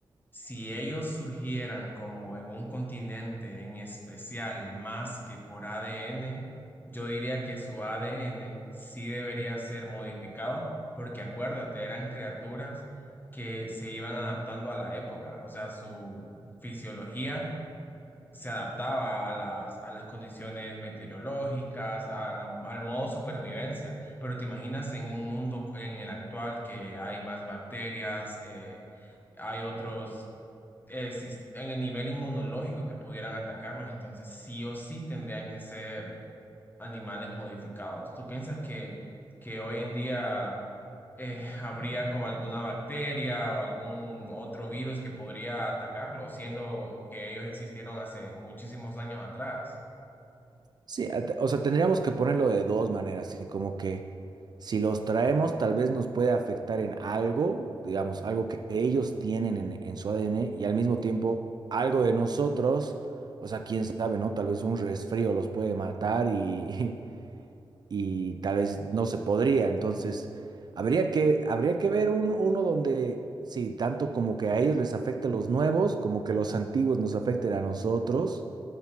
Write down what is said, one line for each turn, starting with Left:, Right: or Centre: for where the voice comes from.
Left: si ellos surgieran como en un continente en especial más que por ADN, yo diría que su ADN sí debería ser modificado, porque acuérdate, eran criaturas que se iban adaptando a la época, o sea, su fisiología se adaptaba a las, a las condiciones meteorológicas, a la- al modo supervivencia. Pero te imaginas en un mundo en el actual que hay más bacterias, eh, hay otros eh, sis- en el nivel inmunológico que pudieran atacarlos, entonces sí o sí tendrían que ser animales modificados. ¿Tú piensas que, que hoy en día eh, habría como alguna bacteria o algún otro virus que podría atacarlo, siendo que ellos existieron hace muchísimos años atrás.
Right: Sí, a- te- o sea, tendríamos que ponerlo de dos maneras, así como que si los traemos, tal vez nos puede afectar en algo, digamos, algo que ellos tienen en, en su ADN y al mismo tiempo algo de nosotros. O sea, quién sabe, ¿no? Tal vez un resfrío los puede matar y, <laughs> y tal vez no se podría. Entonces, habría que, habría que ver un- uno donde, sí, tanto como que a ellos les afecte los nuevos, como que los antiguos nos afecten a nosotros,